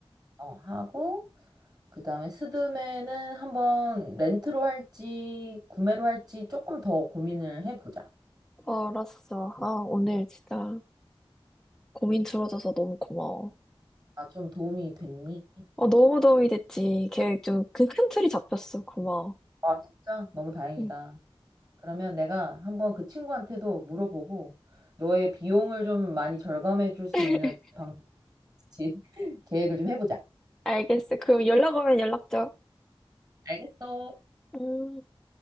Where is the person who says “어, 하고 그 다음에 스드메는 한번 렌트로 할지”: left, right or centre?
Right